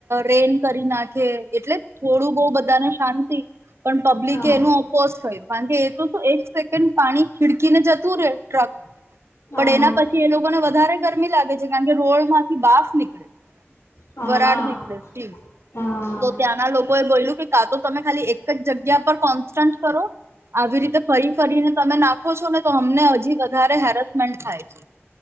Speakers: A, on the right; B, on the left.
A: રેન કરી નાખે એટલે થોડું બહુ બધા ને શાંતિ પણ પબ્લિક
B: હા
A: એનું ઓપોઝ થયું કારણ કે એ તો શ એક સેકન્ડ પાણી ખીડકીને જતું રે ટ્રક
B: હા
A: પણ એના પછી એ લોકોને વધારે ગરમી લાગે છે, કારણ કે રોડમાંથી બાફ નીકળે.
B: હા
A: બરાડ નેકલેસ ટીમ
B: હા
A: તો ત્યાંના લોકોએ બોલ્યું કે કા તો તમે ખાલી એક જ જગ્યા પર કોન્સ્ટન્ટ કરો. આવી રીતે ફરી ફરીને તમે નાખો છો ને તો અમને હજી વધારે હેરસમેન્ટ થાય છે.